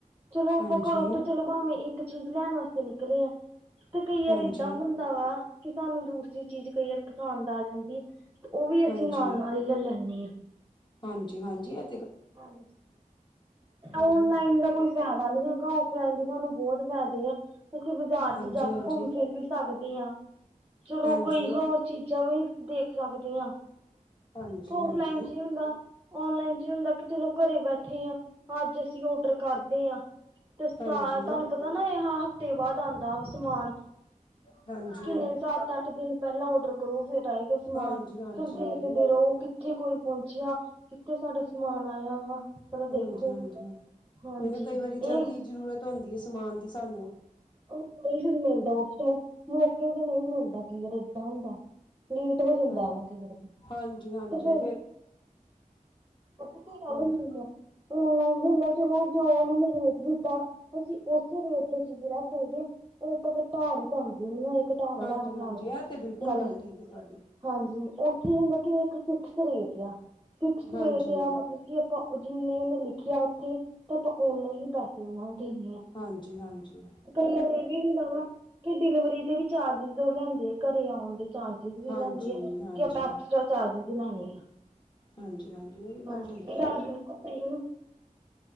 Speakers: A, on the right (about 20°); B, on the left (about 35°).
A: ਚਲੋ ਆਪਾਂ
B: ਹਾਂਜੀ,
A: ਘਰੋਂ ਤਾ ਚਲੋ ਭਾਵੇਂ ਇੱਕ ਚੀਜ਼ ਲੈਣ ਵਾਸਤੇ ਨਿਕਲ਼ੇ ਆ ਤੇ ਕਈ
B: ਹਾਂਜੀ,
A: ਆਰ ਏਦਾਂ ਹੁੰਦਾ ਵਾ ਕਿ ਸਾਨੂੰ ਦੂਸਰੀ ਚੀਜ਼ ਕਈ ਵਾਰ ਪਸੰਦ ਜਾਂਦੀ ਹੈ ਉਹ ਵੀ ਅਸੀਂ
B: ਹਾਂਜੀ।
A: ਨਾਲ਼ -ਨਾਲ਼ ਈ ਲੈ ਲੈਂਣੇ ਆ
B: ਹਾਂਜੀ- ਹਾਂਜੀ ਐ
A: ਹਾਂਜੀ
B: ਹਾਂਜੀ।
A: ਔਨਲਾਈਨ ਦਾ ਕੋਈ ਫਾਇਦਾ ਨੀਂ ਹੈਗਾ ਔਫਲਾਈਨ ਦੇ ਸਾਨੂੰ ਬਹੁਤ ਫਾਇਦੇ ਆ। ਤੁਸੀਂ ਬਾਜ਼ਾਰ'ਚ
B: ਹਾਂਜੀ,
A: ਜਾ
B: ਹਾਂਜੀ, ਹਾਂਜੀ,
A: ਕੇ ਘੁੰਮ ਫਿਰ ਵੀ ਸਕਦੇ ਹਾਂ ਚਲੋ
B: ਹਾਂਜੀ,
A: ਕੋਈ ਹੋਰ ਚੀਜ਼ਾਂ ਵੀ ਦੇਖ ਸਕਦੀ ਹਾਂ,
B: ਹਾਂਜੀ,
A: ਕੇ ਔਫਲਾਈਨ 'ਚ ਹੀ ਹੁੰਦਾ ਔਨਲਾਈਨ'ਚ ਹੁੰਦਾ ਕਿ ਚਲੋ ਘਰੇ ਬੈਠੇ ਆ, ਅੱਜ ਅਸੀਂ ਆਰਡਰ ਕਰਦੇ ਹਾਂ।
B: ਹਾਂਜੀ।
A: ਤੁਹਾਨੂੰ
B: ਹਾਂਜੀ।
A: ਪਤਾ ਨਾਂ ਇਹ ਹਫ਼ਤੇ ਬਾਅਦ ਆਉਂਦਾ ਸਮਾਨ
B: ਚਾਬੀ
A: ਕਿੰਨੇ ਸੱਤ, ਅੱਠ ਦਿਨ ਪਹਿਲਾਂ ਔਡਰ ਕਰੋ ਫਿਰ ਆਏਗਾ ਸਮਾਨ
B: ਹਾਂਜੀ ਹਾਂਜੀ
A: ਫਿਰ ਦੇਖਦੇ ਰਹੋ ਕਿੱਥੇ ਕੋਈ ਪਹੁੰਚਿਆ, ਕਿੱਥੇ ਸਾਡਾ ਸਮਾਨ ਆਇਆ ਵਾ ਪਹਿਲਾਂ ਦੇਖੋ
B: ਹਾਂਜੀ-ਹਾਂਜੀ,
A: ਹਾਂਜੀ
B: ਉਹ ਨਾਂ ਕਈ ਵਾਰੀ
A: ਇਹ
B: ਜਲਦੀ ਜ਼ਰੂਰਤ ਹੁੰਦੀ ਹੈ ਸਮਾਨ ਦੀ ਸਾਨੂੰ
A: ਉਹ ਨਹੀਂ ਫਿਰ ਮਿਲਦਾ ਉਸ ਟਾਈਮ ਮੌਕੇ ਤੇ ਨਹੀਂ ਮਿਲਦਾ ਕਈ ਵਾਰ ਏਦਾਂ ਹੁੰਦਾ। ਲੇਟ ਹੋ ਜਾਂਦਾ
B: ਹਮ
A: ਵਾ ਕਈ ਵਾਰ
B: ਹਾਂਜੀ ਹਾਂਜੀ
A: ਤੇ ਫਿਰ ਪਤਾ ਕੀ ਗੱਲ
B: ਹਾਂਜੀ
A: ਹੁੰਦੀ ਆ। ਔਨਲਾਈਨ ਵੀ ਹੁੰਦਾ ਚਲੋ ਜੋ ਉਹਨਾਂ ਨੇ ਰੇਟ ਦਿੱਤਾ ਅਸੀਂ ਉਸੇ ਰੇਟ ਤੇ ਕੀ ਹੋ ਗੇ ਉਹ ਤਾਂ ਫਿਰ ਘਟਾ ਨਹੀਂ ਸਕਦੇ ਆ ਹਨਾਂ ਏ। ਘਟਾ-ਵਧਾ
B: ਹਾਂਜੀ
A: ਨਹੀਂ
B: ਹਾਂਜੀ
A: ਸਕਦੀ
B: ਇਹ ਤੇ ਬਿਲਕੁਲ
A: ਗੱਲ
B: ਠੀਕ ਹੈ ਤੁਹਾਡੀ
A: ਹਾਂਜੀ, ਉੱਥੇ ਏ ਹੁੰਦਾ ਕਿ ਇਹ ਇੱਕ ਫਿਕਸ ਰੇਟ ਆ ਫਿਕਸ
B: ਹਾਂਜੀ
A: ਰੇਟ ਆ ਮਤਲਬ ਕਿ ਜਿੰਨੇ ਉਹਨੇ ਲਿਖਿਆ ਉੱਥੇ ਤਾਂ ਆਪਾਂ ਓਨੇ ਹੀ ਪੈਸੇ ਉਹਨਾ ਨੂੰ ਦੇਣੇ ਆ।
B: ਹਾਂਜੀ-ਹਾਂਜੀ।
A: ਕਈ ਵਾਰ ਇਹ ਵੀ ਹੁੰਦਾ ਵਾ ਕਿ ਡਿਲੀਵਰੀ ਦੇ ਵੀ ਚਾਰਜਿਸ ਦੋ ਉਹ ਲੈਂਦੇ ਆ। ਘਰੇ ਆਉਣ ਦੇ ਚਾਰਜਿਸ ਵੀ
B: ਹਾਂਜੀ
A: ਲੈਂਦੇ ਆ,
B: ਹਾਂਜੀ
A: ਕਿ ਆਪਾਂ ਐਕਸਟਰਾ ਚਾਰਜਿਸ ਵੀ ਲੈਣੇ ਆ।
B: ਹਾਂਜੀ ਹਾਂਜੀ ਉਹ ਵੀ ਗੱਲ
A: ਹਾਂ,
B: ਠੀਕ
A: ਇਹ
B: ਹੈ
A: ਗੱਲ ਬਿਲਕੁਲ ਸਹੀ ਏ ਨਾਂ।